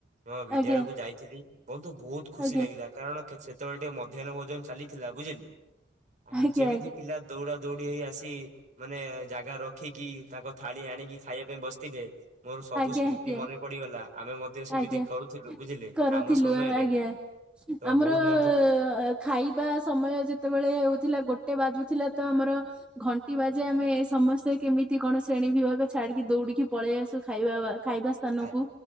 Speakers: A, on the right; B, in the centre.
A: ମୋ ବିଦ୍ୟାଳୟକୁୁ
B: ଆଜ୍ଞା
A: ଯାଇଥିଲି ବନ୍ଧୁ ବହୁତ ଖୁସି
B: ଆଜ୍ଞା
A: ଲାଗିଲା କାରଣ ସେତେବେଳେ ଟିକେ ମଧ୍ୟାହ୍ନ ଭୋଜନ ଚାଲିଥିଲା ବୁଝିଲେ
B: ଆଜ୍ଞା
A: ଯେମିତି
B: ଆଜ୍ଞା ଆଜ୍ଞା
A: ଦୌଡ଼ା ଦୌଡି ହେଇ ଆସି ମାନେ ଜାଗା ରଖିକି ତାଙ୍କ ଥାଳି ଆଣିକି ଖାଇବା ପାଇଁ ବସିଥିଲେ। ମୋର ସବୁ
B: ଆଜ୍ଞା
A: ସ୍ମୃତି
B: ଆଜ୍ଞା
A: ମନେ ପଡିଗଲା ଆମେ ମଧ୍ୟ ସେମିତି
B: ଆଜ୍ଞା
A: କରୁଥିଲୁ ବୁଝିଲେ
B: କରୁଥିଲୁ
A: ଆମ ସମୟରେ
B: ଆମେ ଆଜ୍ଞା
A: ତ
B: ଆମର
A: ବହୁତ
B: ଅ
A: ବନ୍ଧୁ
B: ଖାଇବା ସମୟ ଯେତେବେଳେ ହଉଥିଲା ଗୋଟେ ବାଜୁଥିଲା ତ ଆମର ଘଣ୍ଟି ବାଜେ ଆମେ ସମସ୍ତେ କେମିତି କଣ ଶ୍ରେଣୀ ବିଭାଗ ଛାଡିକି ଦୌଡିକି ପଳେଇ ଆସୁ ଖାଇବା ଖାଇବା ସ୍ଥାନକୁ
A: ଆ